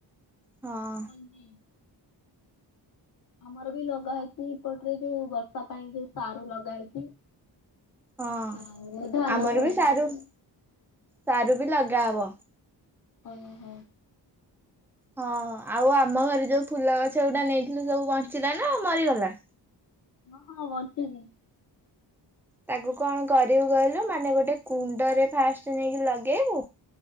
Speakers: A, in the centre; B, on the left.
A: ହଁ।
B: <unintelligible> ଆମର ବି ଲଗା ହେଇଛି ଏପଟରେ ଯୋଉ ବର୍ଷା ପାଇଁ ଯୋଉ ସାରୁ ଲଗା ହେଇଛି।
A: ହଁ
B: ଆଉ ଧାନ
A: ଆମର
B: ବୁଣା
A: ବି ସାରୁ
B: ହେଇଛି।
A: ସାରୁ ବି ଲଗା ହବ।
B: ଓ ହୋ।
A: ହଁ ଆଉ ଆମ ଘରେ ଯୋଉ ଫୁଲ ଗଛ ଗୁଡା ନେଇଥିଲୁ ସବୁ ବଞ୍ଚିଲା ନା ମରିଗଲା?
B: ହଁ ହଁ ବଞ୍ଚିଚି।
A: ତାକୁ କଣ କରିବୁ କହିଲୁ ମାନେ ଗୋଟେ କୁଣ୍ଡରେ ଫାଷ୍ଟ ନେଇକି ଲଗେଇବୁ